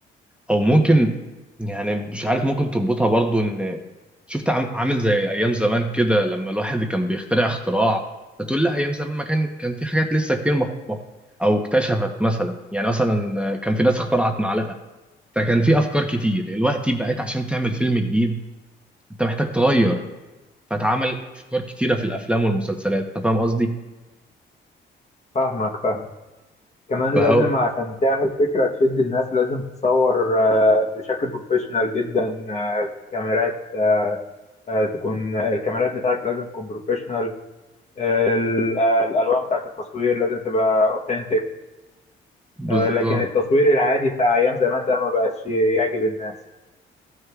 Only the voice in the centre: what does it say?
او ممكن يعني مش عارف ممكن تربطها برضو ان شفت عم- عامل زي ايام زمان كده لما الواحد كان بيخترع اختراع فتقول لا ايام زمان ما كان كان في حاجات لسه كتير مخ... مخ- او اكتشفت مثلا يعني مثلا كان في ناس اخترعت معلقة فكان في افكار كتير دلوقتي بقيت عشان تعمل فيلم جديد انت محتاج تغير فاتعمل افكار كتيره في الافلام والمسلسلات انت فاهم قصدي
فهو
بالظبط